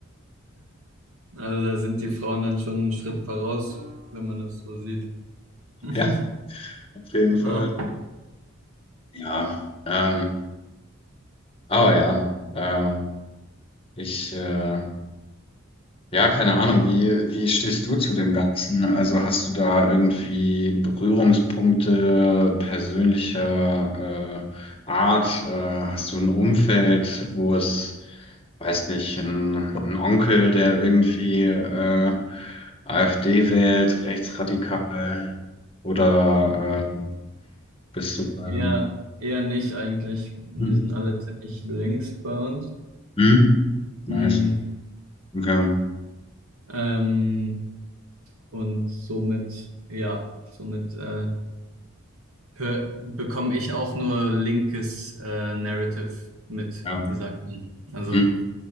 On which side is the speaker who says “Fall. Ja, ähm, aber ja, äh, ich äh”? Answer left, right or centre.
Left